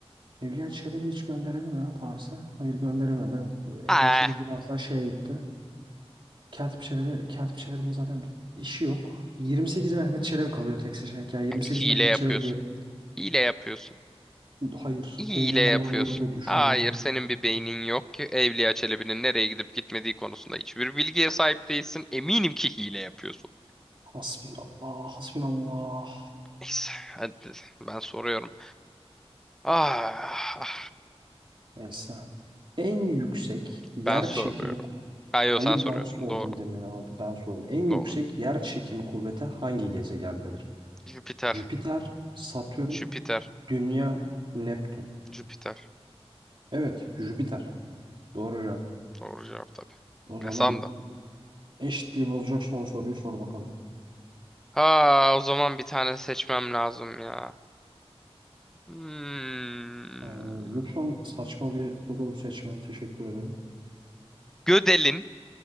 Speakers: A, on the right; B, in the centre.
A: Evliya Çelebi hiç gönderelim mi Paris'e? Hayır gönderilmedi. Evliya
B: Ah,
A: Çelebi biraz daha şeye gitti. Katip Çelebi, Katip Çelebi'nin zaten bir işi yok. Yirmi sekiz Mehmet Çelebi kalıyor tek seçenek ya. Yirmi sekiz
B: hile
A: Mehmet
B: yapıyorsun.
A: Çelebi diyorum.
B: Hile yapıyorsun.
A: Hayır,
B: Hile
A: beynim
B: yapıyorsun.
A: kullanıyorum ve düşünüyorum.
B: Hayır, senin bir beynin yok ki Evliya Çelebi'nin nereye gidip gitmediği konusunda hiçbir bilgiye sahip değilsin. Eminim ki hile yapıyorsun.
A: Hasbinallah, hasbinallah.
B: Neyse, hadi ben soruyorum. Ah, ah,
A: Neyse. En yüksek
B: ben
A: yer
B: soruyorum.
A: çekimi
B: Hayır,
A: Hayır
B: sen soruyorsun.
A: ben sordum
B: Doğru.
A: demin abi ben sordum. En yüksek
B: Doğru.
A: yer çekimi kuvveti hangi gezegendedir?
B: Jüpiter.
A: Jüpiter, Satürn,
B: Jüpiter.
A: Dünya, Neptün.
B: Jüpiter.
A: Evet, Jüpiter. Doğru cevap.
B: Doğru cevap tabii.
A: O zaman
B: Ne sandın?
A: eşitliği bozacak son soruyu sor bakalım.
B: Ha, o zaman bir tane seçmem lazım ya. Hmm.
A: Ee, lütfen saçma bir soru seçmene teşekkür ederim.
B: Gödel'in.